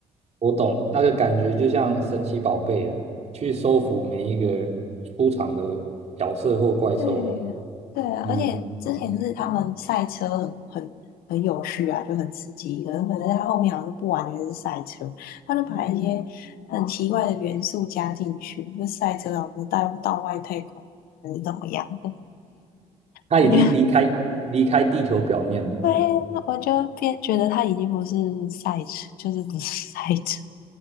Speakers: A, on the right; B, on the left.
A: 我懂那个感觉，就像神奇宝贝啊，去收服每一个出场的角色或怪兽。
B: 对对啊，
A: 嗯，
B: 而且之前是他们赛车很很很有趣啊，就很刺激，可是可是他后面好像就不完全是赛车，他就把一些很奇怪的元素加进去，就赛车啊，我们带到外太空还是怎么样？
A: 他已经离开离开地球表面了。
B: 我觉得。对呀，我就变觉得他已经不是赛车，就是不是 <laughs> 赛车，